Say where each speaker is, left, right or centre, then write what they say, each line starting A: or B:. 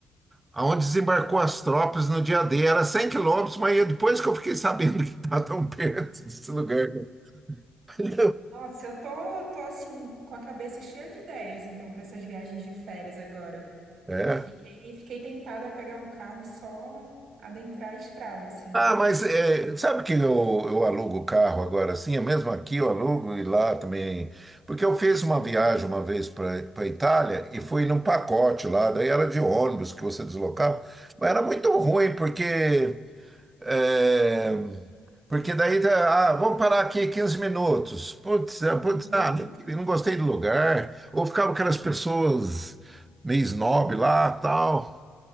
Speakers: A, on the right; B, on the right.
A: aonde desembarcou as tropas no dia D. Era 100 quilômetros, mas eu- depois que eu fiquei sabendo que está tão perto desse lugar. né? <laughs>
B: Nossa, eu tô, tô assim, com a cabeça cheia de ideias, então, para essas viagens de férias agora.
A: É.
B: Fiquei, fiquei tentada a pegar um carro e só adentrar a estrada, assim.
A: Ah, mas é, sabe que eu, eu alugo o carro agora assim? É mesmo aqui eu alugo e lá também. Porque eu fiz uma viagem uma vez para a Itália e fui num pacote lá, daí era de ônibus que você deslocava, mas era muito ruim, porque É, porque daí, tá, ah, vamos parar aqui 15 minutos. Putz, ah, putz,
B: Uhum.
A: ah, não não gostei do lugar. Ou ficavam aquelas pessoas meio snob lá, tal,